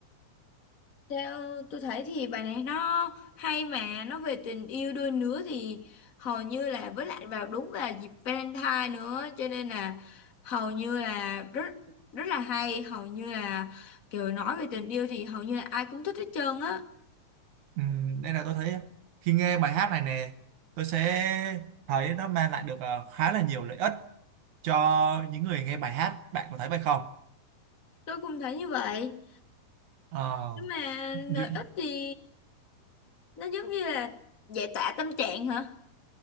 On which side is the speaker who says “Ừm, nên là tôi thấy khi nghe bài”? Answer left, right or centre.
Right